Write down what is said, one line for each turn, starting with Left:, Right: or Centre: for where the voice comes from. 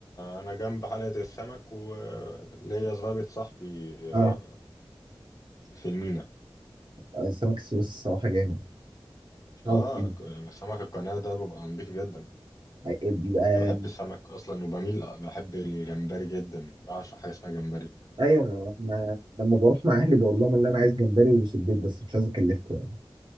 Left: أنا جنب حلقة السمك وليا ظابط صاحبي
Right: اه
Left: آه، في المينا
Right: السمك السويس الصراحة جامد عارفين.
Left: آه ك- سمك القناة ده ببقى نضيف جدا
Right: بيبقى
Left: أنا بحب السمك أصلا وبميل بحب الجمبري جدا بعشق حاجة اسمها جمبري
Right: ايوه انا لما بروح مع اهلي بقول لهم ان انا عايز جمبري وسبيط بس مش عايز اكلفكم يعني